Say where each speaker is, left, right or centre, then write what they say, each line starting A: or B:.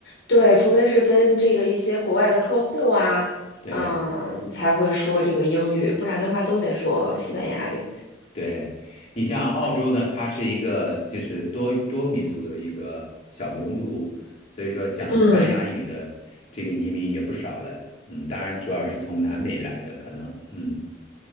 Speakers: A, on the left; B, on the left.
A: 对，除非是跟这个一些国外的客户啊，
B: 对。
A: 嗯，才会说这个英语，不然的话都得说西班牙语。
B: 对，你像澳洲呢，它是一个就是多多民族的一个小熔炉，所以说讲西班牙语的这个移民也不少了。
A: 嗯
B: 嗯，当然主要是从南美来的，可能嗯，